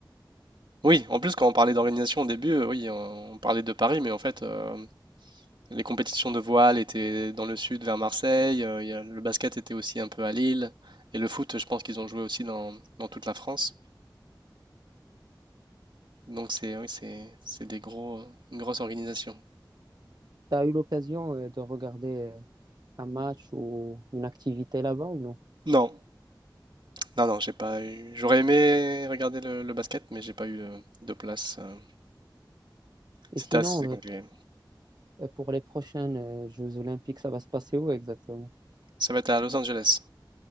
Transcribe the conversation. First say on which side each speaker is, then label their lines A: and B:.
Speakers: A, on the right (about 70°); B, on the right (about 55°).
A: Oui, en plus, quand on parlait d'organisation au début, euh, oui, on on parlait de Paris, mais en fait, euh, les compétitions de voile étaient dans le sud, vers Marseille, euh, il y a- le basket était aussi un peu à Lille, et le foot, je pense qu'ils ont joué aussi dans, dans toute la France. Donc, c'est oui, c'est, c'est des gros, une grosse organisation.
B: Tu as eu l'occasion euh, de regarder euh, un match ou une activité là-bas ou non?
A: Non, non, non, j'ai pas eu. J'aurais aimé regarder le, le basket, mais j'ai pas eu euh, de place. euh,
B: Et
A: C'était
B: sinon,
A: assez compliqué.
B: euh, euh, pour les prochaines euh, Jeux Olympiques, ça va se passer où exactement?
A: Ça va être à Los Angeles.